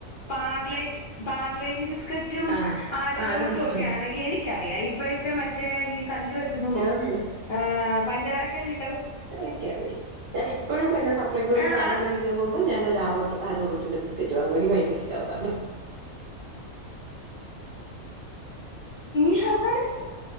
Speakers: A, on the left; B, on the right.
A: പാർലേ പാർലേജി ബിസ്ക്കറ്റും
B: ആഹ്
A: ആരോറൂട്ടും
B: ആരോടും
A: ഒക്കെ ആണെങ്കിൽ എനിക്കറിയാ ഇപ്പ മറ്റേ ഈ കല്ല് വെച്ചതും
B: ഞാനൊന്ന്
A: ഏഹ് പഞ്ചാരക്കല്ല്
B: എനിക്കറിയില്ല ഞാൻ ഇപ്പഴും പിന്നെ സപ്ലൈ കോയിൽ
A: ആഹ്
B: സാനം
A: അത്
B: മേടിക്കാ പോവ്മ്പോ ഞാനൊരു ആറോ ആരോ റൂട്ടിന്റെ ബിസ്കറ്റ് വാങ്ങും എനിക്ക് ഭയങ്കര ഇഷ്ട്ടാ ആ സാനം
A: ഞാന്